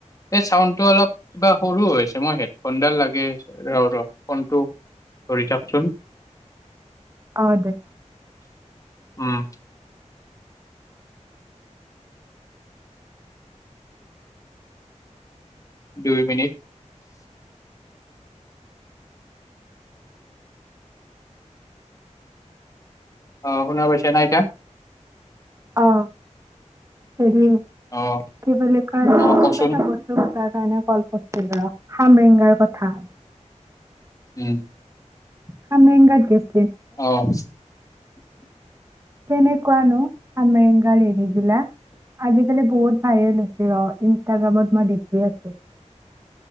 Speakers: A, on the left (about 25°); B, on the right (about 25°).
A: এই চাউণ্ড টো অলপ কিবা সৰু হৈছে মই হেডফোনডাল লাগে আৰু ফোনটো ধৰি থাকচোন।
B: অ দে।
A: উম। দুই মিনিট। অ শুনা পাইছা না এতিয়া?
B: অহ হেৰি
A: অ
B: কি বুলি কয়
A: অ
B: মোক
A: কচোন
B: এটা বস্তু কাৰণে কল কৰিছিল ৰ খামৰেংগাৰ কথা।
A: উম
B: খামৰেংগাত গেছ
A: অহ।
B: কেনেকুৱানো খামৰেংগাৰ হেৰিবিলাক আজিকাল বহুত হাই লোচি অ ইনষ্টাগ্ৰামত মই দেখি আছো।